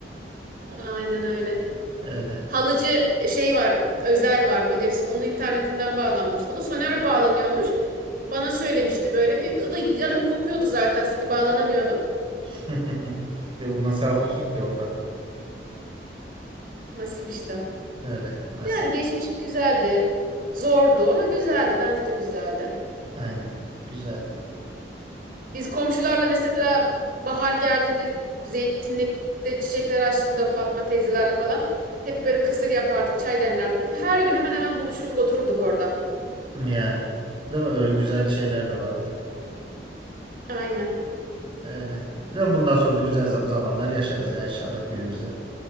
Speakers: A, on the right; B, on the right.
A: <laughs> Aynen öyle.
B: Öyle.
A: Halıcı e, şey var, Özer var bilirsin. Onun internetinden bağlanmıştım. O da Soner bağlanıyormuş. Bana söylemişti böyle. Bir, o da yarım kopuyordu zaten sürekli bağlanamıyordum.
B: <laughs> E, bu nasıl ya ondan.
A: Nasip işte.
B: Öyle. Nasip.
A: Yani geçmiş güzeldi. Zordu ama güzeldi. Bence de güzeldi.
B: Aynen. Güzeldi.
A: Biz komşularla mesela bahar geldiğinde zeytinlikte çiçekler açtığında Fatma teyzelerle falan hep böyle kısır yapardık, çay demlerdik. Her gün hemen hemen buluşurduk, otururduk orada.
B: Yani. Değil mi? Öyle güzel şeyler de vardı.
A: Aynen.
B: Öyle. Ben bundan sonra da güzel za- zamanlar yaşarız ya inşallah günümüzde.